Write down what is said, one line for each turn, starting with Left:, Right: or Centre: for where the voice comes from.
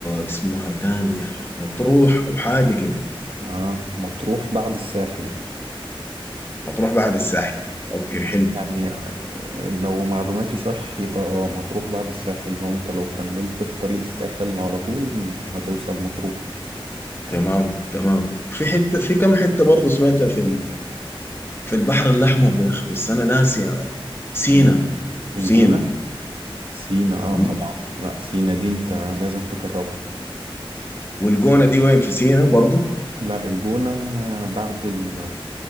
Left: اسمها تانية مطروح أو حاجة كده
Right: آه مطروح بعد الساحل
Left: مطروح بعد الساحل أوكي حلو
Right: يعني آه، لو معلوماتي صح يبقى آه مطروح بعد الساحل لو أنت لو كملت في طريق الساحل على طول هتوصل مطروح
Left: تمام تمام في حتة في كم حتة برضه سمعتها في ال- في البحر الأحمر يا أخي بس أنا ناسي يا مان. سينا
Right: ال-
Left: سينا
Right: الجونة سينا آه
Left: مم.
Right: طبعا لا سينا دي أنت لازم تجربها
Left: والجونة دي وين في سينا برضه
Right: لا الجونة بعد ال